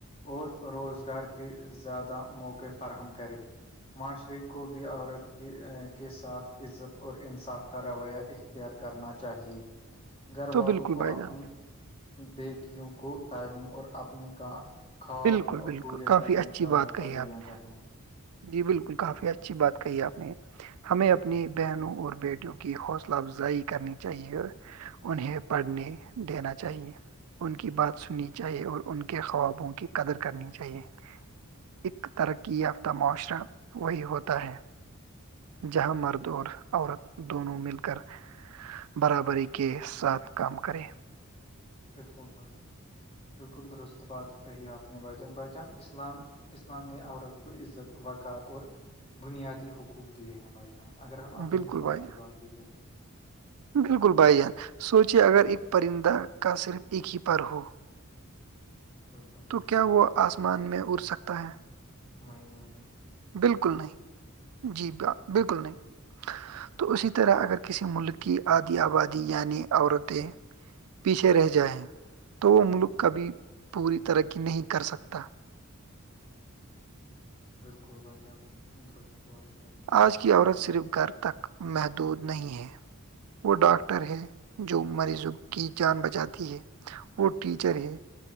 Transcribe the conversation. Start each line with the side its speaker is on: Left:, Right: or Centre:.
Left: اور روزگار کے زیادہ موقع فراہم کرے معاشرے کو بھی عورت کے کے ساتھ عزت اور انصاف کا رویہ اختیار کرنا چاہیئے گھر
Right: تو
Left: والوں
Right: بالکل
Left: کو
Right: بھائی
Left: اپنی
Right: جان
Left: بیٹیوں کو تعلیم اور اپنے کا خواب
Right: بالکل بالکل
Left: پورے
Right: کافی
Left: کرنے
Right: اچھی
Left: کا
Right: بات
Left: موقع
Right: کہی
Left: دینا
Right: آپ نے
Left: چاہیے
Right: جی بالکل کافی اچھی بات کہی آپ نے ہمیں اپنی بہنوں اور بیٹیوں کی حوصلہ افزائی کرنی چاہیے انہیں پڑھنے دینا چاہیے ان کی بات سننی چاہئے اور ان کے خوابوں کی قدر کرنی چاہیے ایکک ترقی یافتہ معاشرہ وہی ہوتا ہے جہاں مرد اور عورت دونوں مل کر برابری کے ساتھ کام کریں
Left: بالکل بچان بالکل درست بات کہی آپ نے بجان بچان اسلام اسلام نے عورت کو عزت وقار اور بنیادی حقوق دیے ہیں ہمارے جہاں اگر ہم اپنی
Right: بالکل
Left: اسلام
Right: بھائی
Left: کی بات بھی کریں
Right: بالکل بھائی جان سوچے اگر ایک پرندہ کا صرف ایک ہی پرار ہو
Left: ہو کو
Right: تو کیا وہ آسمان میں اڑ سکتا ہے
Left: مہم گا
Right: بالکل نہیں جی بالکل نہیں تو اسی طرح اگر کسی ملک کی آادی آبادی یعنی عورتیں پیچھے رہ جائیں تو وہ ملک کبھی پوری ترقی نہیں کر سکتا
Left: بالکل بجار تم سند دست بہت
Right: آج کی عورت صرف گھر تک محدود نہیں ہے وہ ڈاکٹر ہے جو مریضوں کی جان بچاتی ہے وہ ٹیچر ہے